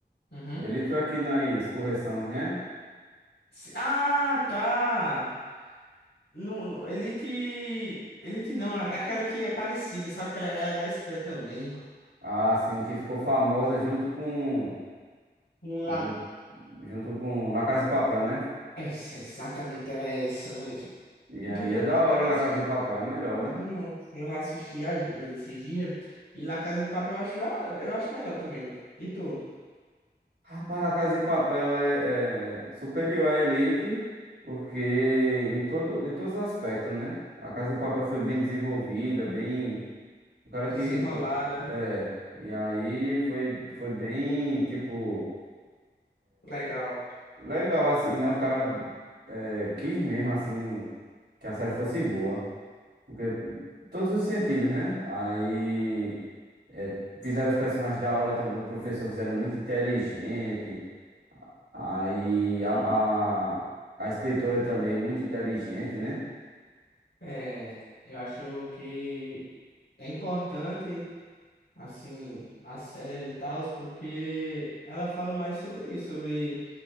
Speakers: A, on the left (about 85°); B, on the right (about 85°).
A: Uhum.
B: Elite foi aqui que nós conversamos, né?
A: Se- Ah, tá. No, no- Elite. Elite não, é aquela que é parecida, sabe? Que ela, ela é da Espanha também.
B: Ah, sim, que ficou famosa junto com
A: Um
B: ju-
A: lá.
B: junto, com La Casa de Papel, né?
A: Essa, exatamente era essa. gente.
B: E aí
A: Porque
B: é
A: eu,
B: da
A: tava-
B: hora
A: eu assisti,
B: La Casa de Papel, a melhor,
A: assim,
B: né?
A: eu, eu assisti as duas esses dias. E La Casa de Papel eu acho, já- eu acho melhor também. E tu?
B: Rapaz, La Casa de Papel é, é superior à Elite, porque em todo, em todos os aspectos, né? A Casa de Papel foi bem desenvolvida, bem O cara
A: Desenrolada.
B: que, que é, e aí foi, foi bem, tipo,
A: Legal.
B: legal assim, né? O cara é, quis mesmo assim que a série fosse boa, porque todos os sentidos, né? Aí é, fizeram os personagens da hora também, o professor fizeram muito inteligente, aí a, a, a inspetora também muito inteligente, né?
A: É, eu acho que é importante, assim, a série e tal, porque ela fala mais sobre isso, sobre